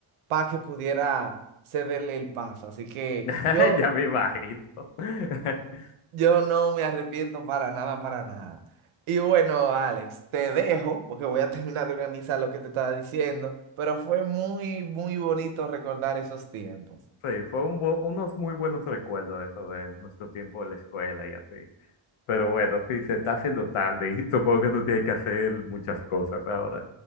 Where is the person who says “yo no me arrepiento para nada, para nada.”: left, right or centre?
Right